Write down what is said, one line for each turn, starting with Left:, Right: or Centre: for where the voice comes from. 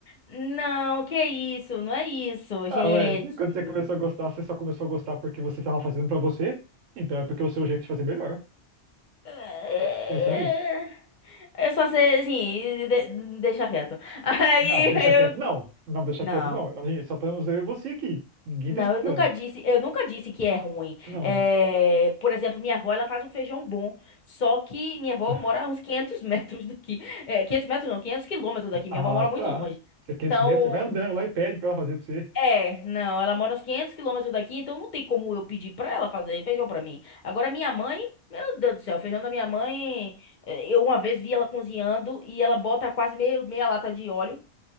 Left: Não, que isso, não é isso, gente.
Right: Ah, ué, quando você começou a gostar, você só começou a gostar porque você tava fazendo pra você? Então é porque o seu jeito de fazer é melhor.
Left: É. é,
Right: Pensou nisso?
Left: é. Eu só sei, assim, de- de- deixa quieto. <laughs> Aí
Right: Não, deixa quieto,
Left: eu.
Right: não. Não, deixa
Left: Não,
Right: quieto, não. A gente, só estamos eu e você aqui. Ninguém
Left: não,
Right: tá escutando.
Left: eu nunca disse, eu nunca disse que é ruim.
Right: Não,
Left: É,
Right: não.
Left: por exemplo, minha avó, ela faz um feijão bom, só que minha avó
Right: <laughs>
Left: mora uns 500 <laughs> metros daqui. É, 500 metros não, 500 quilômetros daqui.
Right: ah,
Left: Minha avó mora muito
Right: tá.
Left: longe.
Right: Você é 500
Left: Então,
Right: metros, você vai andando lá e pede pra ela fazer pra você.
Left: é, não, ela mora uns quinhentos quilômetros daqui, então não tem como eu pedir pra ela fazer feijão pra mim. Agora, minha mãe, meu Deus do céu, o feijão da minha mãe, eh, eu uma vez vi ela cozinhando e ela bota quase meio, meia lata de óleo